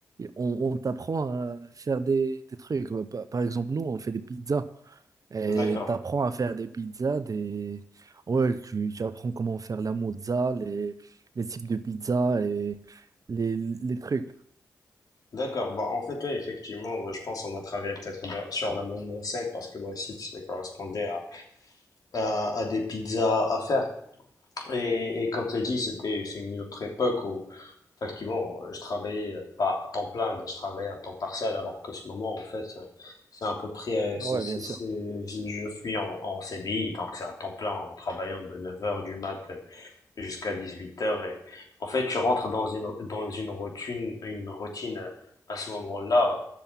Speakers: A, on the right (about 55°); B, on the left (about 60°).
A: on, on t'apprend à faire des, des trucs. Par par exemple, nous, on fait des pizzas. Et
B: D'accord.
A: tu apprends à faire des pizzas, des... Ouais, tu, tu apprends comment faire la mozza, les, les types de pizzas et les, les trucs.
B: D'accord. Bah, en fait, oui, effectivement, moi, je pense qu'on a travaillé peut-être dans- sur l'amendement 5 parce que moi aussi, ça correspondait à, à, à des pizzas à faire. Et, et comme tu as dit, c'était c'est une autre époque où, effectivement, je travaillais euh, pas à temps plein, mais je travaillais à temps partiel, alors que ce moment, en fait, c'est à peu près, euh,
A: Ouais,
B: c'est, c'est,
A: bien sûr.
B: c'est- je je suis en, en CDI, donc c'est à temps plein en travaillant de neuf heures du mat jusqu'à 18 heures et en fait, tu rentres dans une dans une routine une routine à ce moment-là